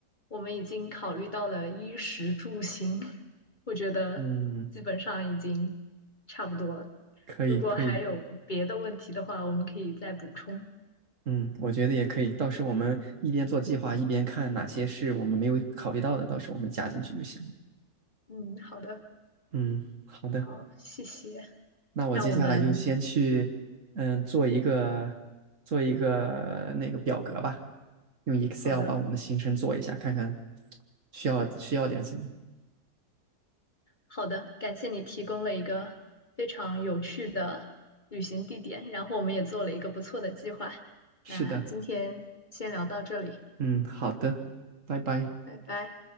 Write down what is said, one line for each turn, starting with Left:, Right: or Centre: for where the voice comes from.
Left: 我们已经考虑到了衣食住行，<laughs> 我觉得基本上已经差不多了。
Right: 嗯，可以可以，
Left: 如果还有别的问题的话，我们可以再补充。
Right: 嗯，我觉得也可以。到时候我们一边做计划，一边看哪些是我们没有考虑到的，到时候我们加进去就行了。
Left: 嗯，好的，
Right: 嗯，好的，
Left: 好，谢谢。
Right: 那我接下来就先去嗯做一个
Left: 那我们
Right: 做一个那个表格吧，用 Excel
Left: 好的，
Right: 把我们的行程做一下，看看需要需要点什么。
Left: 好的，感谢你提供了一个非常有趣的旅行地点，然后我们也做了一个不错的计划。
Right: 是的。
Left: 那今天先聊到这里，
Right: 嗯，好的，拜拜。
Left: 拜拜。